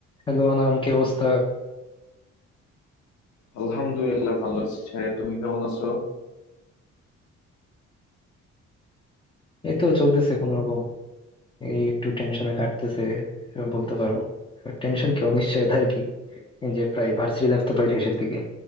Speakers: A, on the left (about 15°); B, on the left (about 65°).
A: Hello Anam কি অবস্থা
B: আলহামদুলিল্লাহ ভালো আছি সাহেব তুমি কেমন আছো
A: এই তো চলতেছে কোন রকম এই একটু টেনশনে কাটতেছে বলতে পারো টেনশন কি অনিশ্চয়তা আর কি এই যে প্রায় ভার্সিটি লাইফ তো প্রায় শেষের দিকে